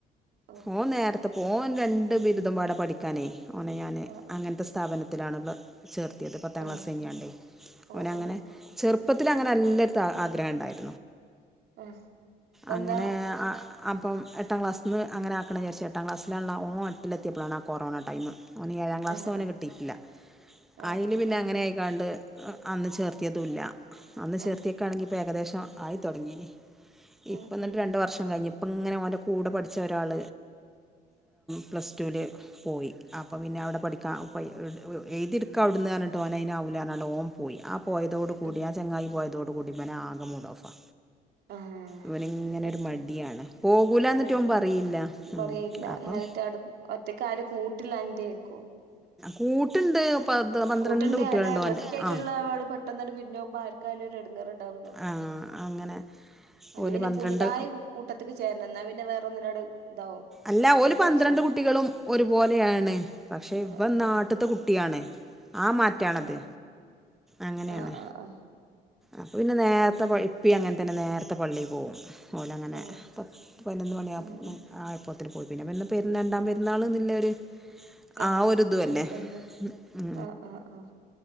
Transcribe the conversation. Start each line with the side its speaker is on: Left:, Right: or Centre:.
Right: ഓ
Centre: ഓന് നേരത്തെ പോകും
Right: ഉം
Centre: രണ്ട് നും പാടെ പഠിക്കാനേ ഓനെ ഞാന്
Right: ആഹ്
Centre: അങ്ങനത്തെ സ്ഥാപന ത്തിലാണുള്ള ചേർത്തിയത് പത്താം
Right: ആഹ്
Centre: ക്ലാസ്സ്‌
Right: ഏഹ്
Centre: കഴിഞ്ഞാണ്ടെ
Right: ഓ
Centre: ഓന് അങ്ങനെ
Right: ഓ ഓ
Centre: ചെറുപ്പത്തിൽ നല്ല ത ആഗ്രഹം ണ്ടായിനി.
Right: എ ഇപ്പന്താ?
Centre: അങ്ങനെ അപ്പം എട്ടാം ക്ലാസ്സിൽന്ന് അങ്ങനെ ആക്കണംന്ന് വിചാരിച് എട്ടാം ക്ലാസിലുള്ള ഓ എട്ടിലെത്തിയപ്പോഴാണ് ആ കൊറോണ ടൈമ് ഏഴാം ക്ലാസ്സ്
Right: ആഹ്
Centre: ഓന്
Right: ആഹ്
Centre: കിട്ടിയിട്ടില്ല.
Right: ആഹ്
Centre: അയില്
Right: ആഹ്
Centre: പിന്നെ
Right: ആഹ്
Centre: അങ്ങനെ ആയിക്കാണ്ട് ണ്ട് അന്ന് ചേർത്തിയതുല്ല അന്ന് ചേർത്തിയൊക്കാണെങ്കിലിപ്പോ
Right: ഉം
Centre: ഏകദേശം ആയി തുടങ്ങിനി.
Right: ഉം
Centre: ഇപ്പന്നട്ട്
Right: ഉം
Centre: രണ്ട് വർഷം കഴിഞ്ഞ ഇങ്ങനെ ഓന്റെ കൂടെ പഠിച്ച ഒരാൾ പ്ലസ് ടുവിൽ പോയി അപ്പം പിന്നെ അവിടെ പഠിക്കാൻ കഴി എഴുതി. <unintelligible> ഓന് അയിനാവൂല പറഞ്ഞു ഓൻ പോയി. പോയതോടു കൂടി
Right: ഉം
Centre: ആ ചങ്ങായി പോയതോട് കൂടി ഇബനാകെ മൂഡ് ഓഫാ
Right: ആഹ്
Centre: ഇവനിങ്ങനെൊരു
Right: ഒറ്റ
Centre: മടിയാണ് പോകൂല എന്നെറ്റെ
Right: മടിയാ
Centre: ഓന് പറയുല്ല
Right: കൊറേയില്ല
Centre: അപ്പം
Right: നേരത്തെടെ ഒറ്റക്ക് ആരെ കൂട്ടില്ലാഞ്ഞിട്ടേക്കും
Centre: കൂട്ടുണ്ട് പന്ത്രണ്ട്
Right: കൂട്ടുണ്ട്
Centre: കുട്ടികളുണ്ടോൻറെ
Right: അന്നെ ഫസ്റ്റ് ആയിട്ടുള്ള
Centre: ആ
Right: ആള് പെട്ടെന്നങ്ങട് പിരിഞ്ഞു പോകുമ്പോ ആർക്കായാലും ഒരു എടങ്ങേറുണ്ടാവല്ലോ
Centre: ആ അങ്ങനെ
Right: അല്ലെ
Centre: ഒരു
Right: പിന്നെ
Centre: പന്ത്രണ്ട്
Right: പുതുതായി കൂട്ടത്ത്ക്ക് ചേരണം എന്നാ പിന്നെ വേറൊന്നിനോട് ഇതാവും
Centre: അല്ല
Right: അറ്റാച്ച്
Centre: പന്ത്രണ്ട്
Right: ആവും
Centre: കുട്ടികളും ഒരുപോലെയാണ്
Right: ആഹ്
Centre: പക്ഷെ
Right: ആഹ്
Centre: ഇവൻ
Right: ആഹ്
Centre: നാട്ട്ത്തെ കുട്ടി കുട്ടിയാണ് ആ മാറ്റാണത്
Right: ആഹ്
Centre: അങ്ങനെയാണ്
Right: ആഹ് ആഹ് ആഹ് ആഹ്
Centre: അപ്പം പിന്നെ നേരത്തെ ഇപ്പി അങ്ങനെ തന്നെ നേരത്തെ പള്ളിയിൽ പോകും പോലെ അങ്ങനെ
Right: ഓ
Centre: പത് പതിനൊന്ന് മണിയ
Right: ഉം ഉം
Centre: ആയപ്പത്തിൽ പോയി പിന്നെ പെ രണ്ടാ പെരുന്നാള് നില്ലൊരു ആ
Right: ആഹ്
Centre: ഒരിതു അല്ലേ
Right: ഓർത്തുണ്ട്
Centre: ഉ
Right: ആഹ് ആഹ് ആഹ്